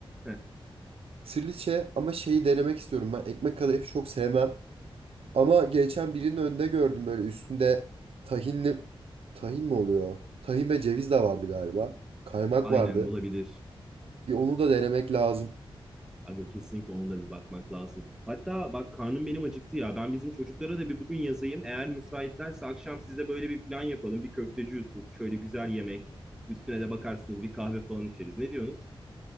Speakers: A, in the centre; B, on the right (about 80°).
A: heh,
B: Trileçe ama şeyi denemek istiyorum ben. Ekmek kadayıfı çok sevmem. Ama geçen birinin önünde gördüm böyle üstünde tahinli... Tahin mi oluyor? Tahin ve ceviz de vardı galiba. Kaymak
A: aynen
B: vardı.
A: olabilir.
B: Bir onu da denemek lazım.
A: Aga kesinlikle ona da bir bakmak lazım. Hatta bak karnım benim acıktı ya. Ben bizim çocuklara da bir bugün yazayım. Eğer müsaitlerse akşam size böyle bir plan yapalım. Bir köfteci Yusuf, şöyle güzel yemek. Üstüne de bakarsınız bir kahve falan içeriz. Ne diyorsunuz?